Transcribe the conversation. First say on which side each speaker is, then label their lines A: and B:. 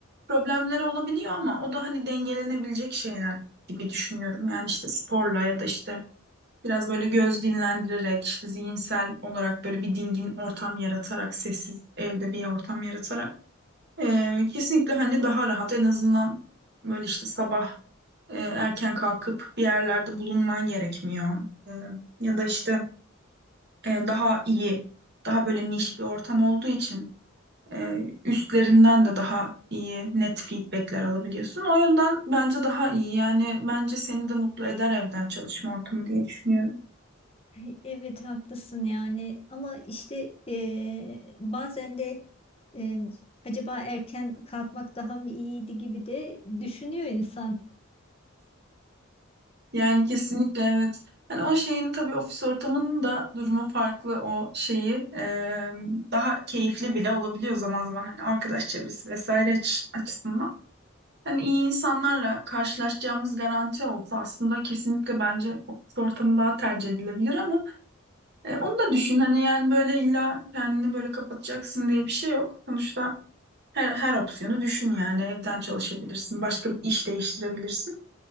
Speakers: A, on the right; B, on the left.
A: problemleri olabiliyor ama o da hani dengelenebilecek şeyler gibi düşünüyorum. Yani işte sporla ya da işte biraz böyle göz dinlendirerek işte zihinsel olarak böyle bir dingin ortam yaratarak sessiz evde bir ortam yaratarak. Ee, kesinlikle hani daha rahat en azından böyle işte sabah e, erken kalkıp bir yerlerde bulunman gerekmiyor. Ee, ya da işte e, daha iyi, daha böyle niş bir ortam olduğu için e, üstlerinden de daha iyi net feedbackler alabiliyorsun. O yönden bence daha iyi yani bence seni de mutlu eder evden çalışma ortamı diye düşünüyorum.
B: Ay, Evet haklısın yani ama işte eee, bazen de eee, acaba erken kalkmak daha mı iyiydi gibi de düşünüyor insan.
A: Yani kesinlikle evet. Hani o şeyin tabii ofis ortamının da durumu farklı o şeyi eee, daha keyifli bile olabiliyor zaman zaman hani arkadaş çevresi vesaire aç- açısından. Hani iyi insanlarla karşılaşacağımız garanti olsa aslında kesinlikle bence ofis ortamı daha tercih edilebilir ama e, onu da düşün hani yani böyle illa kendini böyle kapatacaksın diye bir şey yok. Sonuçta her, her opsiyonu düşün yani evden çalışabilirsin, başka bir iş değiştirebilirsin.